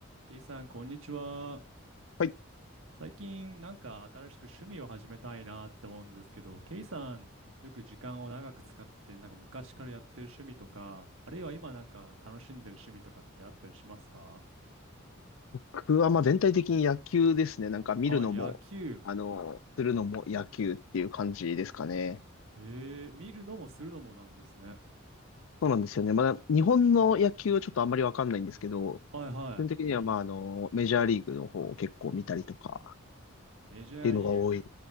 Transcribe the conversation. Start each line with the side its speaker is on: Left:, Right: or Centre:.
Right: ケイさん、こんにちは。
Left: はい。
Right: 最近、なんか新しく趣味を始めたいなって思うんですけど、ケイさん、よく時間を長く使って、なんか昔からやってる趣味とか、あるいは今なんか楽しんでる趣味とかってあったりしますか
Left: 僕はまあ全体的に野球ですね。なんか見るのも、
Right: あ、野球。
Left: あの、するのも野球っていう感じですかね。
Right: へえ、見るのもするのもなんですね。
Left: そうなんですよね。まだ日本の野球はちょっとあんまりわかんないんですけど、
Right: はいはい。
Left: 基本的にはまああの、メジャーリーグの方を結構見たりとか
Right: メジャーリーグ。
Left: っていうのが多い。